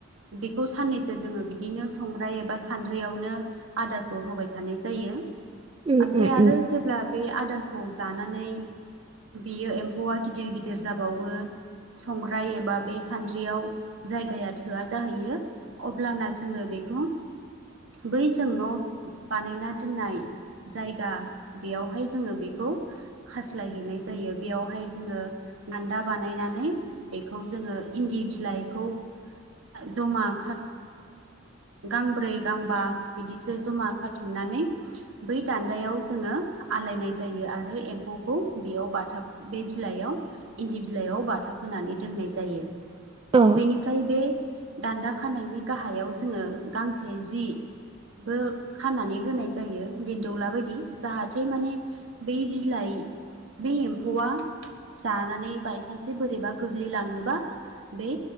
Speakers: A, on the right (about 70°); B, on the right (about 25°).
A: बेखौ साननैसो जोङो बिदिनो संग्राय एबा सानद्रियावनो आदारखौ होबाय थानाय जायो ।
B: उम
A: ओमफ्राय
B: उम
A: आरो
B: उम
A: जेब्ला बे आदारखौ जानानै बियो एम्फौआ गिदिर गिदिर जाबावो । संग्राय एबा बे सानद्रियाव जायगाया थोआ जाहैयो अब्लाना जोङो बे बे बै जों न' बानायना दोननाय जायगा बेयावहाय जोङो बेखौ खास्लायहैनाय जायो बेयावहाय । जोङो दान्दा बानायनानै बेखौ जोङो इन्दि बिलाइखौ । जमा खा गांब्रै गांबा बिदिसो जमा खाथुमनानै बै दान्दायाव जोङो । आलायनाय जायो आरो एम्फौखौ बेयाव बाथाब बे बिलाइयाव इन्दि बिलाइआव बाथाफ‌ होनानै दोननाय जायो
B: औ
A: बेनिफ्राय बे दान्दा खानायनि गाहायाव जोङो गांसे जि बो खाननानै होनाय जायो ।दिन्दौला बायदि जाहाथे माने बै बिलाइ बे एम्फौआ जानानै बायसान्सै बोरैबा गोग्लैलाङोबा बे